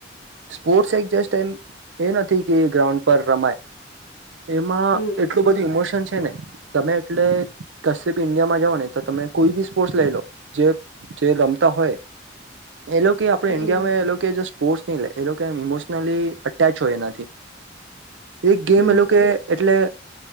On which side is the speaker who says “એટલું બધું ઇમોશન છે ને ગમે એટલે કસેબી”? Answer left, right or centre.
Right